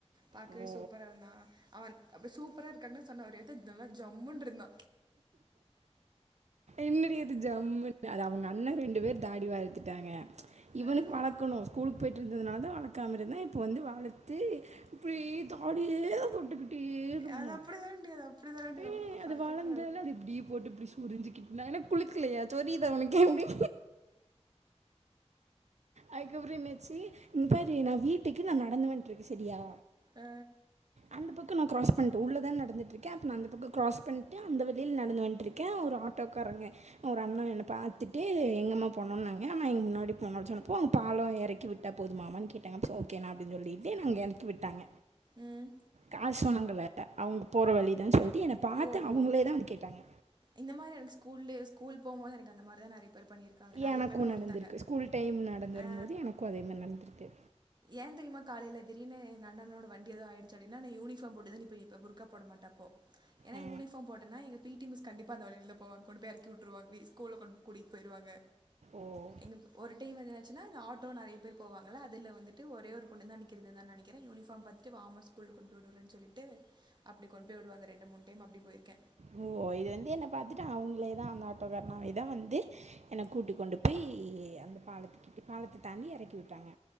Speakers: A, on the right (about 40°); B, on the right (about 75°).
A: பாக்கவே
B: ஓ
A: சூப்பரா இருந்தா அவன் அப்டி சூப்பரா இருக்கான்ன சொன்ன ஒரு எத்த நல்லா ஜம்முன்ருந்தா
B: என்னடி அது ஜம்முன் அது அவுங்க அண்ண ரெண்டு பேர் தாடி வளத்துட்டாங்க இவனுக்கு
A: அஹ்
B: வளக்கணு ஸ்கூலுக்கு போயி ட்ருந்ததனால தா வளக்காம இருந்தா இப்போ வந்து வளத்தி இப்டி தாடியே தா தொட்டுகிட்டே இருக்கனு
A: அது அப்படி தாண்டி அது அப்படி தாண்டி
B: ஏ அது
A: பசங்க
B: வளந்தல அது இப்டியே போட்டு இப்டி சொரிஞ்சு கிட் நா என்ன குளிக்கலயா சொரியிதா உனக்கு அப்டி அதுக்கப்புற என்னாச்சி இங்க பாரு நா வீட்டுக்கு நா நடந்து வன்ட்ருக்க சரியா
A: ஆ
B: அந்த பக்க நா க்ராஸ் பண்ட்ட உள்ளே தான நடந்துட்ருக்கே அப்ப நா அந்த பக்க கிராஸ் பண்ட்டு அந்த வழில நடந்து வன்ட்ருக் க ஒரு ஆட்டோக்காரங்க ஒரு அண்ணா என்ன பாத்துட்டு எங்கமா போணனுனாங்க அண்ணா இங்க முன்னாடி போனு சொன்னொப்ப பால எறக்கி விட்டா போதுமாமான் கேட்டாங்க ட்ஸ் ஓகேணா அப்டின் சொல்லிட்டு என்ன அங்க எறக்கி விட்டாங்க
A: ம்
B: காசு வாங்கல அவுங்க போற வழிதா சொல்ட் என்னை பாத்து
A: ஓ
B: அவங்களே
A: ஓ
B: தா வந்து கேட்டாங்க
A: இந்த மாதிரி எனக்கு ஸ்கூல ஸ்கூல் போககு போது எனக்கு அந்த மாதிரிதா நிறய பேர் பண்ணியிருக்காங்க நிறைய
B: எனக்கும்
A: பேர் ஒருத்தாங்க
B: நடந்திருக்கு ஸ்கூல் டைம் நடந்து வரும்போது
A: ஆ
B: எனக்கும் அதே மாதிரி நடந்திருக்கு
A: ஏன் தெரியுமா காலையில தீடிருனு என் அண்ணனோட வண்டி ஏதோ ஆயிச்ச அப்படின்னா யூனிபாம் போட்டுதான் இப்ப புருக்கா போட அப்போ ஏன்னாயூனிபார்
B: ஆ
A: போட்டன்னா எங்க பிடிமிஸ் கண்டிப்ப அந்த வழியில போவாங்க கொண்டு போய் இரக்கி விட்டுருவாங்க ஸ்கூல கொண்டு கூட்டிட்டு போயிருவாங்க
B: ஓ
A: எங்க ஒரு டைம் வந்து என்னாச்சுன்னா இந்த ஆட்டோ நிறைய பேர் போவாங்கள அதுல வந்துட் ஒரே ஒரு பொண்ணு தான் நிக்கிது நினக்கிறேன் யுனிபார்ம் பாத்துட்டு வாமா ஸ்கூல்ல கொண்டு போய் விடுறனு சொல்லிட்டு அப்புடி கொண்டு போய் விடுவாங்க ரெண்டு மூணு டைம் அப்புடி போயிருக்கே
B: ஓ இது வந்து என்ன பாத்துட்டா அவுங்களேதான் அந்த ஆட்டோக்காரனவே தான் வந்து என கூட்டிகொண்டி போய் அந்த பாலத்து கிட் பாலத்து தணியா இறக்கி விட்டாங்க